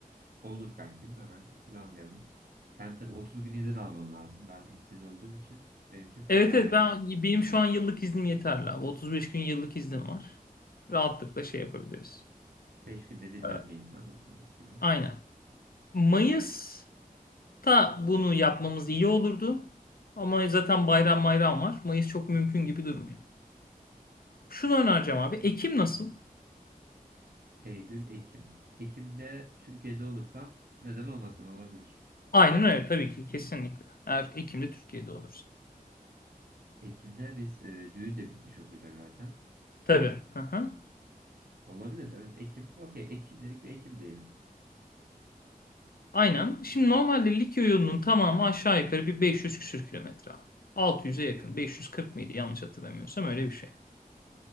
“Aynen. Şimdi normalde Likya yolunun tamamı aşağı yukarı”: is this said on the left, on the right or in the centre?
Left